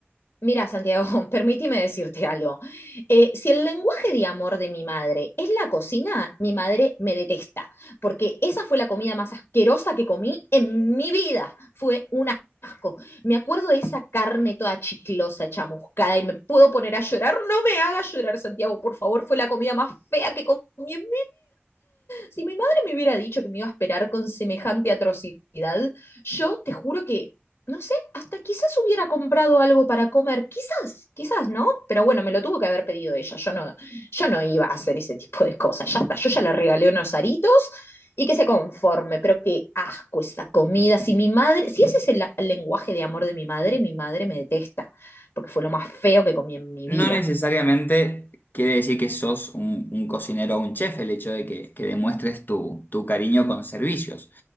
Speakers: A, on the left; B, on the left.
A: Mira, Santiago, <laughs> permíteme decirte algo. Eh, si el lenguaje de amor de mi madre es la cocina, mi madre me detesta, porque esa fue la comida más asquerosa que comí en mi vida. Fue un asco. Me acuerdo de esa carne toda chiclosa, chamuscada, y me puedo poner a llorar. No me hagas llorar, Santiago, por favor. Fue la comida más fea que comí en si mi madre me hubiera dicho que me iba a esperar con semejante atrocidad, yo te juro que, no sé, hasta quizás hubiera comprado algo para comer, quizás, quizás no, pero bueno, me lo tuvo que haber pedido ella, yo no, yo no iba a hacer ese tipo de cosas, ya está, yo ya le regalé unos aritos y que se conforme, pero qué asco esa comida. Si mi madre, si ese es el, el lenguaje de amor de mi madre, mi madre me detesta, porque fue lo más feo que comí en mi
B: No
A: vida.
B: necesariamente quiere decir que sos un, un cocinero o un chef el hecho de que, que demuestres tu, tu cariño con servicios.